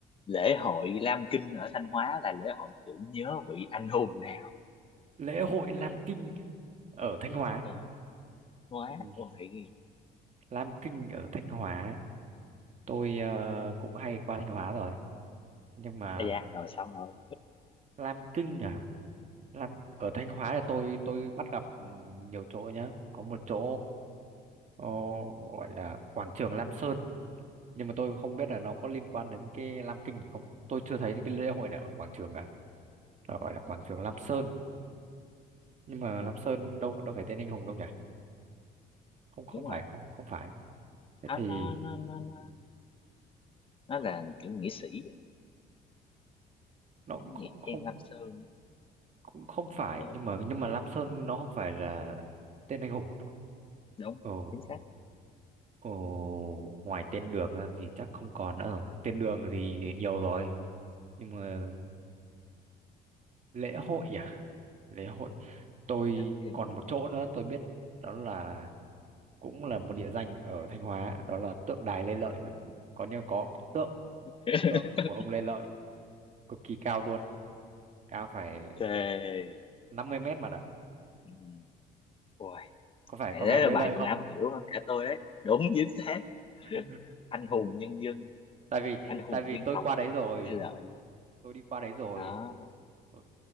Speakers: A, on the left; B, on the right.
A: lễ hội Lam Kinh ở Thanh Hóa là lễ hội tưởng nhớ vị anh hùng nào
B: Lễ hội Lam Kinh ở Thanh Hóa.
A: ừ. Hóa
B: Ừ,
A: ôi
B: Lam Kinh ở Thanh Hóa, tôi ờ, cũng hay qua Thanh Hóa rồi, nhưng mà
A: à, dạ rồi xong rồi
B: Lam Kinh à? Lam ở Thanh Hóa là tôi tôi bắt gặp ừ, nhiều chỗ nhá, có một chỗ Ồ, gọi là quảng trường Lam Sơn nhưng mà tôi không biết là nó có liên quan đến cái Lam Kinh thì không tôi chưa thấy cái lễ hội nào ở quảng trường cả nó gọi là quảng trường Lam Sơn nhưng mà
A: ừ.
B: Lam Sơn đâu đâu phải tên anh hùng đâu nhỉ không không
A: đúng
B: phải
A: rồi
B: không không phải thế
A: nó
B: thì
A: nó nó nó nó nó là
B: không
A: kiểu nghĩa sĩ vậy.
B: nó
A: Ừ,
B: cũng
A: nghĩa
B: không không
A: trang Lam Sơn
B: cũng không phải
A: ờ
B: nhưng mà nhưng mà Lam Sơn nó không phải là tên anh hùng
A: đúng
B: ồ
A: chính xác
B: ồ ngoài tên đường ra thì chắc không còn nữa rồi. tên đường thì thì nhiều rồi nhưng mà lễ hội à lễ hội tôi
A: Lam Kinh
B: còn một chỗ nữa tôi biết đó là cũng là một địa danh ở Thanh Hóa đó là tượng đài Lê Lợi bạn ạ. có như có, có tượng
A: <laughs>
B: tượng của ông Lê Lợi cực kỳ cao luôn cao phải
A: thề
B: 50 mét mà ạ
A: ừ. Wow.
B: có phải
A: thế
B: có phải
A: là
B: Lê
A: bạn
B: Lợi
A: còn
B: không
A: am hiểu hơn cả tôi đấy đúng chính xác
B: <laughs>
A: anh hùng nhân dân
B: tại vì
A: anh hùng
B: tại vì
A: dân
B: tôi
A: tộc
B: qua đấy rồi
A: Thế lợi
B: tôi đi qua đấy rồi
A: đó
B: Ừ,